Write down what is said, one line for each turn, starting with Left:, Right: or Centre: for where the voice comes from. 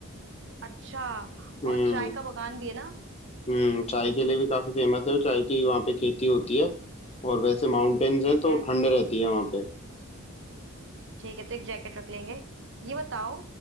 Right: अच्छा
Left: हम्म
Right: और चाय का बगान भी है ना
Left: हम्म चाय के लिए भी काफी फेमस है वो, चाय की वहाँ पे खेती होती है और वैसे माउंटेन्स
Right: ठीक
Left: हैं तो
Right: है
Left: ठंड रहती है वहाँ पे
Right: ठीक है तो एक जैकेट रख लेंगे ये बताओ